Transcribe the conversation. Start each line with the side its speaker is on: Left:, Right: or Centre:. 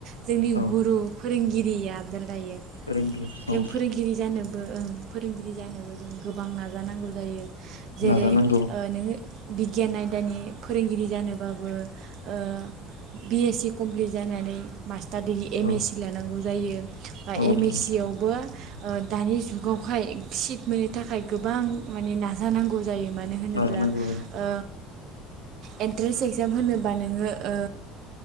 Right: जोंनि
Left: औ
Right: गुरु फोरोंगि <unintelligible> लायो।
Left: फोरोंगिरि
Right: जों
Left: औ
Right: फोरोंगिरि जानो बो ओं फोरोंगिरि जानोबो जों गोबां नाजानांगौ जायो। जेरै
Left: नाजानांगौ
Right: ओ नोङो बिगियान आयदानि फोरोंगिरि जानोबाबो ओ बि एस सि कमप्लिट जानानै मा स्तार डिग्रि एम
Left: औ
Right: एस सि लानांगौ जायो। बा एम
Left: औ नंगौ
Right: एस सि आवबो अ दानि जुगावहाय सिट मोननो थाखाय गोबां माने नाजानांगौ जायो मानो होनोब्ला
Left: नाजानांगौ
Right: ओ एन्ट्रेन्स एक्जाम होनोबा नोङो ओ